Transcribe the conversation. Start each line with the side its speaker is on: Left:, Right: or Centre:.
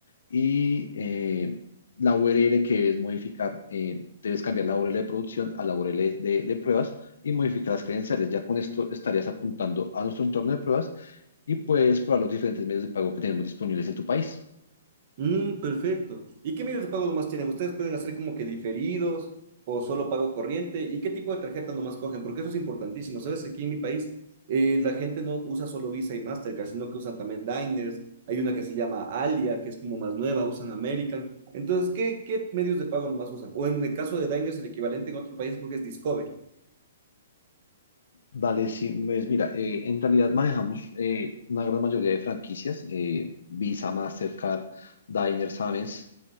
Left: y eh, la URL que debes modificar, eh, debes cambiar la URL de producción a la URL de, de pruebas y modificar las credenciales. Ya con esto estarías apuntando a nuestro entorno de pruebas y puedes probar los diferentes medios de pago que tenemos disponibles en tu país.
Right: Mm, perfecto. ¿Y qué medios de pago nomás tienen? ¿Ustedes pueden hacer como que diferidos o solo pago corriente? ¿Y qué tipo de tarjeta nomás cogen? Porque eso es importantísimo. Sabes que aquí en mi país eh, la gente no usa solo Visa y Mastercard, sino que usan también Diners. Hay una que se llama Alia, que es como más nueva, usan American. Entonces, ¿qué, qué medios de pago nomás usan? O en el caso de Diners, el equivalente en otro país creo que es Discover,
Left: Vale, sí, pues mira, eh, en realidad manejamos eh, una gran mayoría de franquicias, eh, Visa, Mastercard, Diners, Amex.